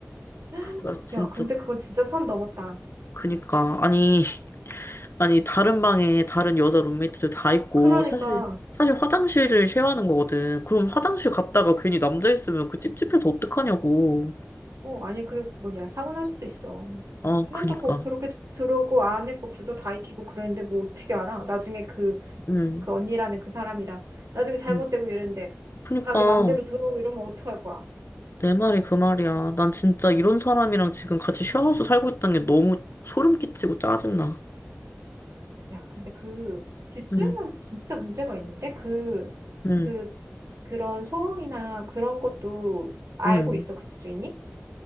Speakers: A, on the right; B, on the left.
A: <gasps>
B: 나 진짜,
A: 야, 근데 그건 진짜 선 넘었다.
B: 그니까, 아니. 아니, 다른 방에 다른 여자 룸메이트들 다 있고,
A: 그러니까.
B: 사실, 사실 화장실을 쉐어하는 거거든. 그럼 화장실 갔다가 괜히 남자 있으면 그 찝찝해서 어떡하냐고.
A: 어, 아니, 그리고 그 뭐냐, 사고 날 수도 있어.
B: 아,
A: 남자
B: 그니까.
A: 거 그렇게 들어오고 안에 그 구조 다 익히고 그랬는데 뭐 어떻게 알아? 나중에 그,
B: 응,
A: 그 언니라는 그 사람이랑 나중에 잘못되고
B: 응.
A: 이랬는데
B: 그니까,
A: 자기 맘대로 들어오고 이러면 어떡할 거야?
B: 내 말이 그 말이야. 난 진짜 이런 사람이랑 지금 같이 쉐어하우스 살고 있다는 게 너무 소름 끼치고 짜증나.
A: 야, 근데 그 집주인은
B: 응,
A: 진짜 문제가 있는데 그,
B: 응,
A: 그, 그런 소음이나 그런 것도 알고
B: 응.
A: 있어, 그 집주인이?